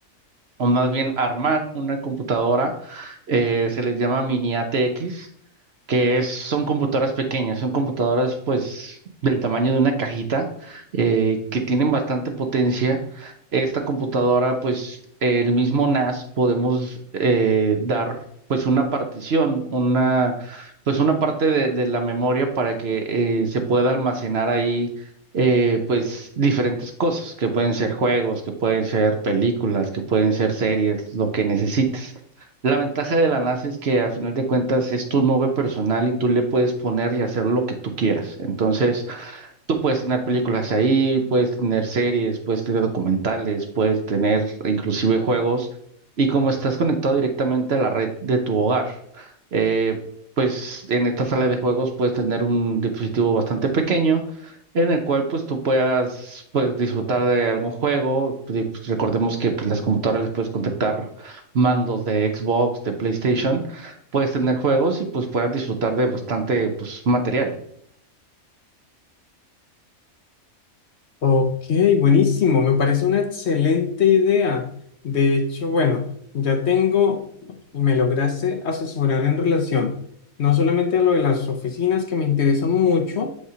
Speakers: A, on the right (about 55°); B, on the left (about 55°).
A: o más bien armar una computadora, eh, se les llama mini ATX, que es, son computadoras pequeñas, son computadoras pues del tamaño de una cajita eh, que tienen bastante potencia. Esta computadora pues el mismo NAS podemos eh, dar pues una partición, una pues una parte de, de la memoria para que eh, se pueda almacenar ahí eh, pues diferentes cosas que pueden ser juegos, que pueden ser películas, que pueden ser series, lo que necesites. La ventaja de la NASA es que a final de cuentas es tu nube personal y tú le puedes poner y hacer lo que tú quieras. Entonces, Tú puedes tener películas ahí, puedes tener series, puedes tener documentales, puedes tener inclusive juegos. Y como estás conectado directamente a la red de tu hogar, eh, pues en esta sala de juegos puedes tener un dispositivo bastante pequeño en el cual pues tú puedas pues disfrutar de algún juego. Pues, recordemos que pues las computadoras les puedes contactar mandos de Xbox, de PlayStation, puedes tener juegos y pues puedas disfrutar de bastante pues material.
B: Ok, buenísimo, me parece una excelente idea. De hecho, bueno, ya tengo, me lograste asesorar en relación no solamente a lo de las oficinas que me interesa mucho,